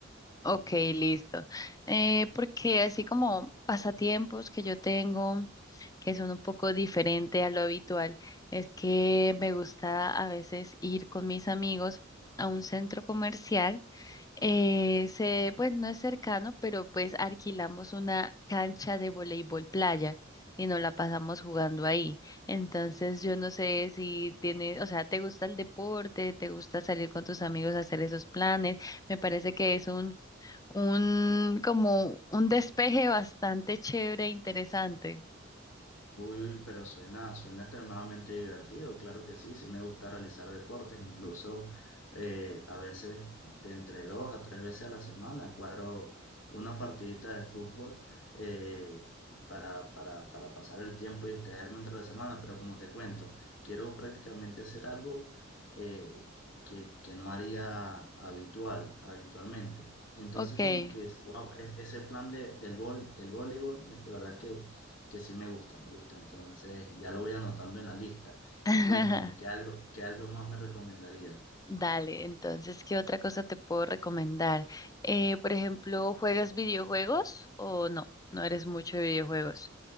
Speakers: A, on the left (about 20°); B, on the left (about 80°).
A: Ok,
B: Entonces,
A: listo. Eh, porque así como pasatiempos que yo tengo, que son un poco diferente a lo habitual, es que me gusta a veces ir con mis amigos a un centro comercial. Eh, se, pues no es cercano, pero pues alquilamos una cancha de voleibol playa y nos la pasamos jugando ahí. Entonces yo no sé si tienes, o sea, ¿te gusta el deporte? ¿Te gusta salir con tus amigos a hacer esos planes? Me parece que es un un como un despeje bastante chévere e interesante.
B: Uy, uy, pero suena, suena extremadamente divertido, claro que sí, sí me gusta realizar deportes, incluso eh, a veces de entre dos a tres veces a la semana cuadro una partidita de fútbol eh, para, para, para pasar el tiempo y distraerme entre la semana, pero como te cuento, quiero prácticamente hacer algo eh, que, que no haría habitual, habitualmente. Entonces
A: Ok.
B: como que, wow, ese plan de, del, vol, del voleibol, me- de verdad que que sí me gusta, me gusta. Entonces ya lo voy anotando en la lista.
A: <laughs>
B: Y cuéntame, ¿qué algo, qué algo más me recomendarías?
A: Dale, entonces, ¿qué otra cosa te puedo recomendar? Eh, por ejemplo, ¿juegas videojuegos o no? No eres mucho de videojuegos.